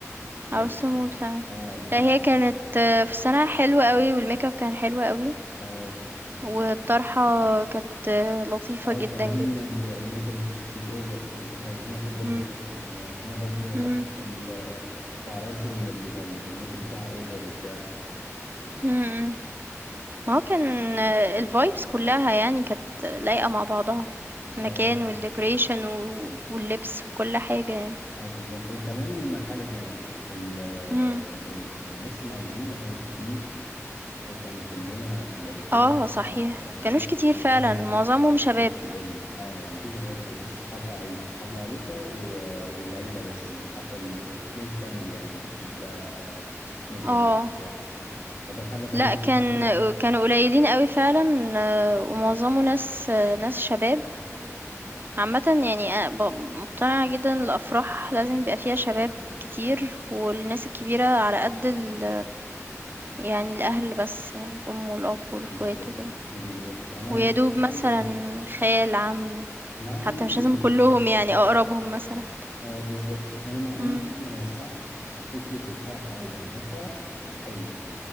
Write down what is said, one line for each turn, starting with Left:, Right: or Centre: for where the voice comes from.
Left: لا
Right: عروسة تموت فعلًا.
Left: اه كان
Right: لأ، هي كانت آه، فستانها حلو أوي والmakeup كان حلو أوي
Left: اه
Right: والطرحة كانت آه، لطيفة
Left: اه
Right: جدًا،
Left: وكمان
Right: جدًا.
Left: ال- الميك اب مش مش اوفر انت خليتيني اخد بالي
Right: إمم.
Left: دلوقتي ان انا برضو ما بحبش
Right: إمم.
Left: ال- العرايس اللي بيبقى ال- الميك اب بتاعها اوفر وبتاع
Right: إمم، إمم. ما هو كان الvibes كلّها يعني كانت لايقة مع بعضها،
Left: اه
Right: المكان والdecoration و واللبس وكل حاجة يعني.
Left: اه بالظبط وكمان حاجة كمان ال ال
Right: إمم.
Left: ال الناس المعزومين ما كانوش كتير وكانوا كلنا يعني كلنا
Right: آه
Left: عارفين
Right: صحيح،
Left: بعض يعني
Right: ما
Left: مفيش
Right: كانوش كتير
Left: غيرنا
Right: فعلًا، معظمهم شباب.
Left: والأهالي اه يعني مفيش غير أصحاب العريس وأصحاب العروسة و- والعيلة بس ال حتى الكلوز فاميلي يعني مش مش بقى ناس بعيدة
Right: آه.
Left: بتاع فده خلى كمان
Right: لأ
Left: الوقت
Right: كان
Left: أحلى
Right: كانوا قليلين أوي فعلًا آه، ومعظمه ناس آه، ناس شباب. عامةً يعني أنا ب مقتنعة جدًا الأفراح لازم يبقى فيها شباب كتير والناس الكبيرة على قد ال يعني الأهل بس يعني الأم والأب والأخوات
Left: بالظبط
Right: وكده.
Left: بالظبط أنا
Right: ويدوب
Left: مع
Right: مثلا
Left: إن ال-
Right: خال عم
Left: مع
Right: حتى
Left: إن
Right: مش
Left: ال-
Right: لازم كلهم يعني اقربهم مثلا
Left: اه بالظبط انا مع
Right: امم
Left: ان احنا ما نوسعش فكره الفرح قوي يعني هو الفرح حلو